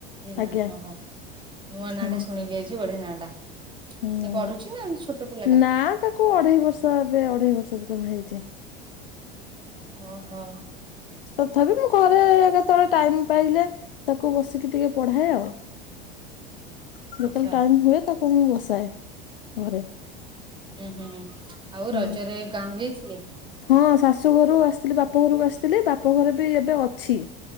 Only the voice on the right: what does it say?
ଜେନା
ଅହୋ, ନୂଆ
ନାଁଆଟେ ଶୁଣିଲି ଆଜି ବଢ଼ିଆ ନାଁଟା।
ସେ ପଢୁଛି ନା ଏମିତି ଛୋଟ ପିଲାଟା?
ଅହୋ।
ଆଚ୍ଛା
ହୁଁ ହୁଁ ହୁଁ, ଆଉ
ରଜରେ ଗାଁକୁ ଯାଇଥିଲେ?